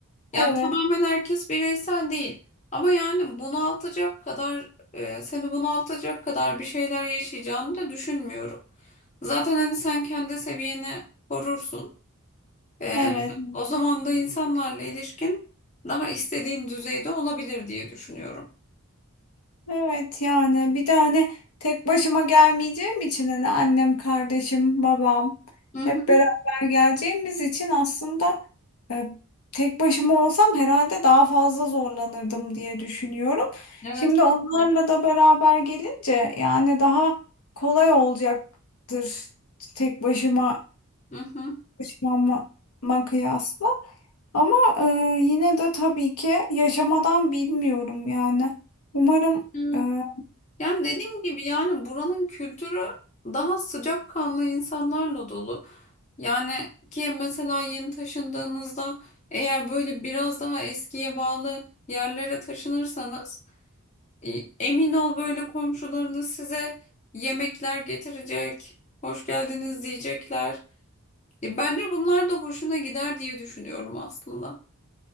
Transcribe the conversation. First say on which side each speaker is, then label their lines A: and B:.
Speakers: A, on the left; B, on the left.
A: Yani
B: Evet,
A: tamamen herkes bireysel değil. Ama yani bunaltacak kadar, e, seni bunaltacak kadar bir şeyler yaşayacağını da düşünmüyorum. Zaten hani sen kendi seviyeni korursun. Ee,
B: evet.
A: o zaman da insanlarla ilişkin daha istediğin düzeyde olabilir diye düşünüyorum.
B: Evet yani bir de hani tek başıma gelmeyeceğim için hani annem, kardeşim, babam
A: Hı hı.
B: hep beraber geleceğimiz için aslında e, tek başıma olsam herhalde daha fazla zorlanırdım diye düşünüyorum.
A: Evet
B: Şimdi
A: kesinlikle.
B: onlarla da beraber gelince yani daha kolay olacaktır tek başıma
A: Hı
B: başıma kıyasla. Ama e, yine de tabii ki yaşamadan bilmiyorum yani. Umarım
A: hı.
B: e,
A: Yani dediğim gibi yani buranın kültürü daha sıcakkanlı insanlarla dolu. Yani ki mesela yeni taşındığınızda eğer böyle biraz daha eskiye bağlı yerlere taşınırsanız e, emin ol böyle komşularınız size yemekler getirecek, hoş geldiniz diyecekler. E, Bence bunlar da hoşuna gider diye düşünüyorum aslında.